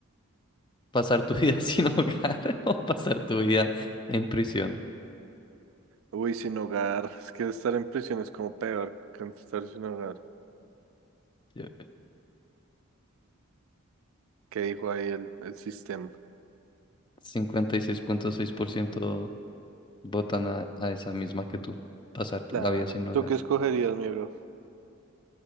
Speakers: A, on the left (about 20°); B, on the right (about 65°).
A: Pasar tu vida <laughs> sin hogar <laughs> o pasar tu vida en prisión.
B: uy, sin hogar. <laughs> Es que estar en prisión es como peor que estar sin hogar.
A: Yo-
B: ¿Qué dijo ahí el, el sistema?
A: cincuenta y seis punto seis por ciento. votan a, a esa misma que tú. Pasar
B: Claro.
A: la vida sin hogar.
B: ¿Tú qué escogerías, mi bro?